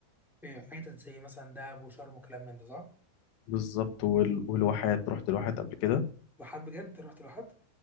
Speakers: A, in the centre; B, on the left (about 80°).
A: إيه، حتت زي مثلا دهب وشرم وكلام من ده صح؟
B: بالظبط وال- والواحات رحت الواحات قبل كده
A: بحد بجد رحت بحد؟